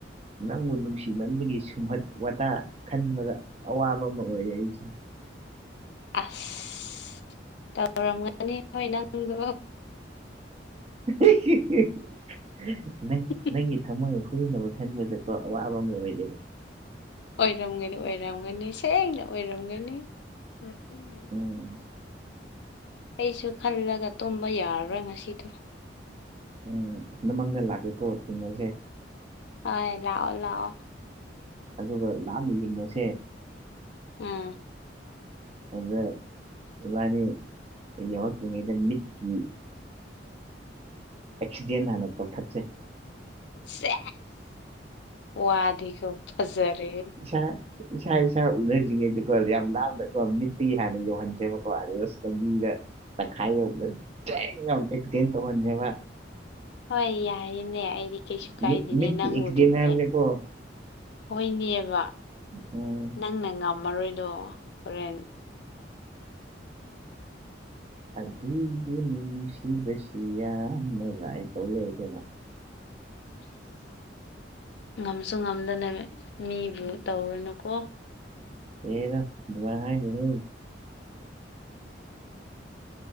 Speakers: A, on the right; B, on the left.
A: ꯅꯪꯕꯨ ꯅꯨꯡꯁꯤꯃꯟꯕꯒꯤ ꯁꯨꯝꯍꯠ ꯋꯥꯇꯥ ꯈꯟꯕꯗ ꯑꯋꯥꯕ ꯑꯃ ꯑꯣꯏꯔꯦ ꯑꯩꯁꯦ
B: ꯑꯁ ꯗꯧꯔꯥꯃꯅꯤ ꯍ ꯅꯪꯗꯣ
A: <unintelligible> ꯅꯪ
B: ꯑꯣꯏꯔꯝꯒꯅꯤ
A: ꯅꯪꯒꯤ ꯊꯃꯣꯏ ꯍꯨꯅꯕ ꯈꯟꯕꯗꯀꯣ ꯑꯋꯥꯕ ꯑꯃ ꯑꯣꯏꯔꯦ
B: ꯑꯣꯏꯔꯝꯒꯅꯤ ꯑꯣꯏꯔꯝꯒꯅꯤ ꯁꯦꯡꯅ ꯑꯣꯏꯔꯝꯒꯅꯤ ꯑꯩꯁꯨ
A: ꯎꯝ
B: ꯑꯩꯁꯨ ꯈꯜꯂꯒ ꯇꯨꯝꯕ ꯌꯥꯔꯔꯣꯏ ꯉꯁꯤꯗꯣ
A: ꯎꯝ ꯅꯃꯪꯗ ꯂꯥꯛꯀꯦꯀꯣ ꯊꯦꯡꯅꯁꯦ
B: ꯍꯣꯏ ꯂꯥꯛꯑꯣ ꯂꯥꯛꯑꯣ
A: ꯑꯗꯨꯒ ꯂꯥꯅ ꯌꯦꯡꯉꯁꯦ
B: ꯎꯝ
A: ꯑꯗ ꯏꯕꯥꯅꯤ UNINTELLIGIBLE ꯃꯠꯀꯤ ꯑꯦꯛꯁꯤꯗꯦꯟ ꯍꯥꯟꯅ ꯀꯧꯊꯠꯆꯩ
B: ꯁꯦ ꯋꯥꯗꯤꯀꫭ ꯐꯖꯔꯦ
A: ꯁ ꯏꯁꯥ ꯏꯁꯥ ꯎꯅꯗ꯭ꯔꯤꯉꯩꯗꯀꯣ ꯌꯥꯝ ꯂꯥꯞꯅꯀꯣ ꯃꯤꯠꯇꯒꯤ ꯍꯥꯟꯅ ꯌꯧꯍꯟꯖꯕꯀꯣ ꯑꯗꯨꯒ ꯂꯝꯕꯤꯗ ꯇꯪꯈꯥꯏ ꯌꯥꯎꯕꯗ ꯗꯦꯟ ꯌꯥꯎꯅ ꯑꯦꯛꯁꯤꯗꯦꯟ ꯇꯧꯍꯥꯡꯁꯦ
B: ꯍꯣꯏ ꯌꯥꯏꯅꯦ ꯑꯩꯗꯤ ꯀꯩꯁꯨ ꯀꯥꯏꯗꯦꯅꯦ
A: ꯃꯤꯠ ꯃꯤꯠꯀꯤ
B: ꯅꯪꯕꯨꯗꯤꯅꯦ
A: ꯑꯦꯛꯁꯤꯗꯦꯟ ꯍꯥꯏꯕꯅꯦꯀꯣ
B: ꯍꯣꯏꯅꯦꯕ
A: ꯎꯝ
B: ꯅꯪꯅ ꯉꯝꯃꯔꯣꯏꯗꯣ ꯍꯣꯔꯦꯟ
A: ꯑꯗꯨꯕꯨꯅꯦ ꯅꯨꯡꯁꯤꯕꯁꯤ ꯌꯥꯝꯅ ꯂꯥꯏ ꯇꯧꯂꯩꯔꯖ꯭ꯠꯂꫭ
B: ꯉꯝꯁꯨ ꯉꯝꯗꯅ ꯃꯤꯕꯨ ꯇꯧꯔꯨꯅꯨꯀꯣ
A: ꯍꯦꯔꯥ ꯑꯗꯨꯃꯥꯏ ꯍꯥꯏꯅꯨ ꯍꯦ